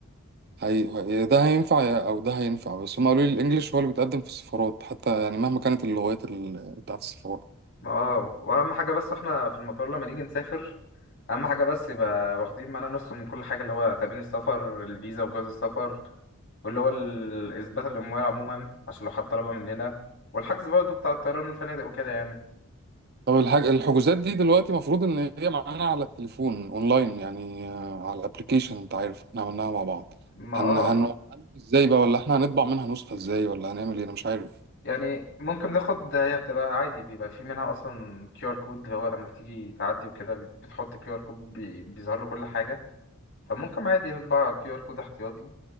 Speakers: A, on the right (about 45°); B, on the left (about 55°).
A: هي ده هينفع او ده هينفع بس هم قالوا لي الانجليش هو اللي بيتقدم في السفارات حتى يعني مهما كانت اللغات ال- بتاعت السفارة
B: ما اه واهم حاجه بس احنا في المطار لما نيجي نسافر اهم حاجه بس يبقى واخدين معانا نسخه من كل حاجه اللي هو تأمين السفر الفيزا وجواز السفر واللي هو ال- اثبات الاموال عموما عشان لو حد طلبها مننا والحجز برضه بتاع الطيران والفنادق وكده يعني
A: طب الحاج... الحجوزات دي دلوقتي المفروض ان هي معانا على التليفون اونلاين يعني آه، على الابليكيشن انت عارف احنا عملناها مع بعض
B: ما
A: هن
B: اه
A: هن هنعمل ازاي بقى ولا احنا هنطبع منها نسخة ازاي ولا هنعمل ايه انا مش عارف
B: يعني ممكن ناخد هي بتبقى عادي بيبقى في منها اصلا كيو ار كود اللي هو لما بتيجي تعدي وكده بتحط كيو ار كود بي- بيظهر له كل حاجه فممكن عادي نطبع كيو ار كود احتياطي